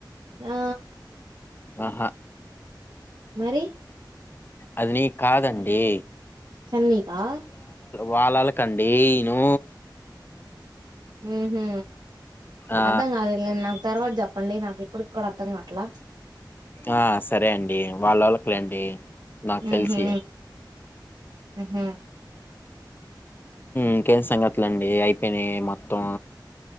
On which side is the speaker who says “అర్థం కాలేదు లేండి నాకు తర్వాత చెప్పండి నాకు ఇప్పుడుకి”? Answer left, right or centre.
Right